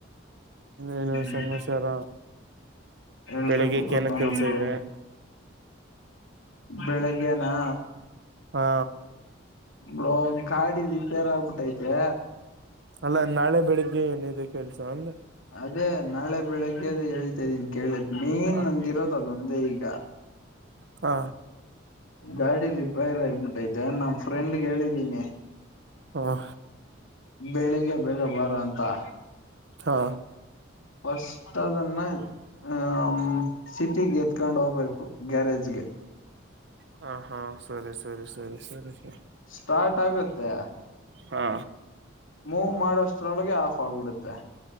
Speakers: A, on the right (about 60°); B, on the left (about 85°).
A: ಏನು
B: ಹ್ಮ್
A: ಸಮಾಚಾರ
B: ಹೇಳ್ಬೇಕು
A: ಬೆಳಿಗ್ಗೆ
B: ಬ್ರೋ
A: ಏನ ಕೆಲ್ಸ
B: ನಮ್ದು
A: ಇದೆ?
B: ಬೆಳಿಗ್ಗೆನಾ
A: ಹಾ.
B: ಬ್ರೋ ಗಾಡಿ ರಿಪೇರ್ ಆಗ್ಬಿಟ್ಟೈತೆ.
A: ಅಲ್ಲಾ ನಾಳೆ ಬೆಳಿಗ್ಗೆ ಏನಿದೆ ಕೆಲ್ಸ ಅಂದೆ.
B: ಅದೇ ನಾಳೆ ಬೆಳಿಗ್ಗೆದ ಹೇಳ್ತಾ ಇದ್ದೀನಿ ಕೇಳಿದ್ ಮೇನ್
A: ಹ
B: ನಂಗಿರೋದ ಅದೊಂದೇ ಈಗ
A: ಹಾ.
B: ಗಾಡಿ ರಿಪೈರ್ ಆಗ್ಬಿಟ್ಟೈತೆ ನಮ್ಮ ಫ್ರೆಂಡ್ಗೆ ಹೇಳಿದ್ದೀನಿ.
A: ಹ
B: ಬೆಳಿಗ್ಗೆ ಬೇಗ ಬಾರೋ ಅಂತ -
A: ಹಾ.
B: ಫಸ್ಟ್ ಅದನ್ನ ಹ್ಮ್. ಸಿಟಿಗೆ ಎತ್ಕೊಂಡ್ ಹೋಗ್ಬೇಕು ಗ್ಯಾರೇಜ್ಗೆ
A: ಹ ಹಾ ಸರಿ ಸರಿ ಸರಿ ಸರಿ ಸರಿ.
B: ಸ್ಟಾರ್ಟ್ ಆಗತ್ತೆ.
A: ಹಾ.
B: ಮೂವ್ ಮಾಡಷ್ಟ್ರೊಳಗೆ ಆಫ್ ಆಗ್ಬಿಡುತ್ತೆ.